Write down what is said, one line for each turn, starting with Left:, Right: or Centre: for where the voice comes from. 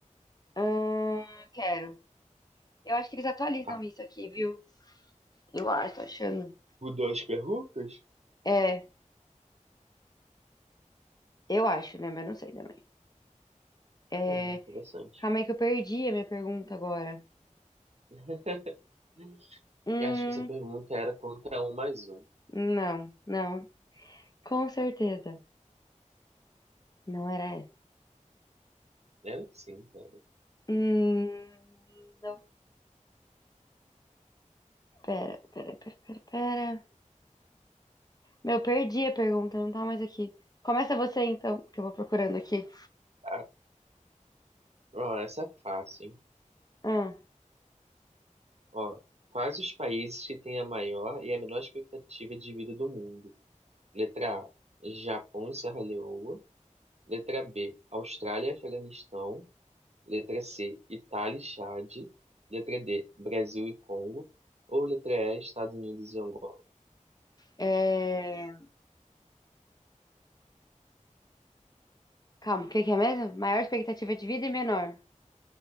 Left: Ah, quero. Eu acho que eles atualizam
Right: Tá.
Left: isso aqui, viu? Eu acho, tô achando.
Right: O duas perguntas?
Left: É, eu acho, né? Mas não sei também. É,
Right: É interessante.
Left: calma aí que eu perdi a minha pergunta agora.
Right: <laughs>
Left: Hum,
Right: Eu Acho que essa pergunta era quanto é um mais um.
Left: não, não. Com certeza. Não era essa.
Right: Era sim, cara.
Left: Hum, não, pera, pera, pera, pera, pera. Meu, perdi a pergunta, não tá mais aqui. Começa você então, que eu vou procurando aqui.
Right: Ah, ó, essa é fácil, hein?
Left: Ah,
Right: Ó, quais os países que têm a maior e a menor expectativa de vida do mundo? Letra A, Japão e Serra Leoa. Letra B, Austrália e Afeganistão. Letra C, Itália e Chade. Letra D, Brasil e Congo. Ou letra E, Estados Unidos e Angola.
Left: é. Calma, o que que é mesmo? Maior expectativa de vida e menor.